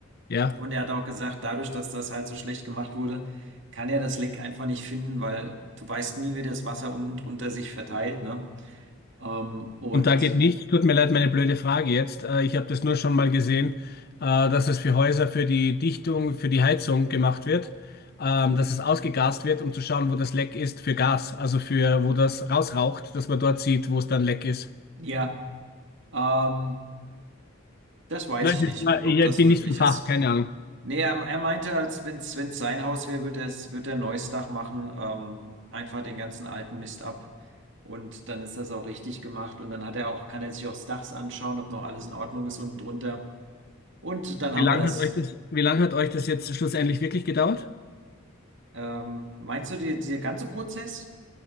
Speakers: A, on the left (about 50°); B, on the right (about 60°).
A: ja.
B: Und er hat auch gesagt, dadurch, dass das halt so schlecht gemacht wurde, kann er das Leck einfach nicht finden, weil du weißt nie, wie das Wasser unten drunter sich verteilt, ne? Ähm, und
A: Und da geht nichts. Tut mir leid, meine blöde Frage jetzt. Äh, ich habe das nur schon mal gesehen, äh, dass es für Häuser, für die Dichtung, für die Heizung gemacht wird, ähm, dass es ausgegast wird, um zu schauen, wo das Leck ist für Gas, also für, wo das rausraucht, dass man dort sieht, wo es dann leck ist.
B: ja, ähm, das weiß
A: Nein,
B: ich nicht, ob, ob
A: ich ich
B: das
A: bin
B: möglich
A: nicht vom Fach,
B: ist.
A: keine Ahnung.
B: Nee, er, er meinte, als wenn es sein Haus wäre, würde er's, wird er ein neues Dach machen, ähm, einfach den ganzen alten Mist ab. Und dann ist das auch richtig gemacht. Und dann hat er auch, kann er sich auch das Dach anschauen, ob noch alles in Ordnung ist unten drunter. Und dann
A: Wie
B: haben
A: lange
B: wir das.
A: hat euch das, wie lange hat euch das jetzt schlussendlich wirklich gedauert?
B: Ähm, meinst du, die, dieser ganze Prozess?